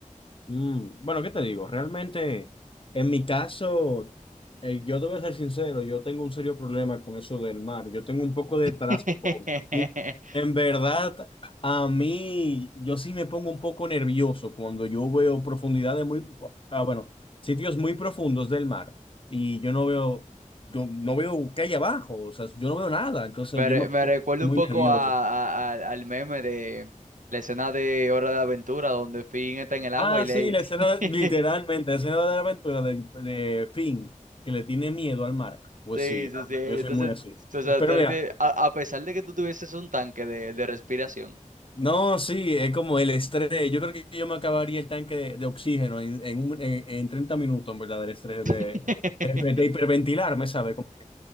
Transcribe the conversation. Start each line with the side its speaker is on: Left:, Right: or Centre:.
Left: Mm, bueno, ¿qué te digo? Realmente, en mi caso, eh, yo debo ser sincero, yo tengo un serio problema con eso del mar. Yo tengo un poco de
Right: <laughs>
Left: trasfondo. Y en verdad, a mí, yo sí me pongo un poco nervioso cuando yo veo profundidades muy, ah, bueno, sitios muy profundos del mar y yo no veo, yo no veo qué hay abajo, o sea, yo no veo nada, entonces
Right: Me,
Left: yo
Right: re-
Left: me pongo
Right: me recuerda
Left: muy
Right: un poco
Left: nervioso.
Right: a, a- al al meme de la escena de Hora de Aventura, donde Finn está en el agua
Left: Ah,
Right: y le...
Left: sí, la escena, de- literalmente,
Right: <laughs>
Left: la escena de la aventura de, de Finn, que le tiene miedo al mar. Pues
Right: Sí,
Left: sí, realmente,
Right: sí, sí. Entonces,
Left: yo soy muy así.
Right: o sea,
Left: Pero
Right: tú le
Left: mira,
Right: tienes- a, a pesar de que tú tuvieses un tanque de, de respiración.
Left: no, sí, es como el estrés. Yo creo que yo me acabaría el tanque de, de oxígeno en, en, un- en, en 30 minutos, en verdad, del estrés, de,
Right: <laughs>
Left: de, de hiperventilarme, ¿sabes? Como que,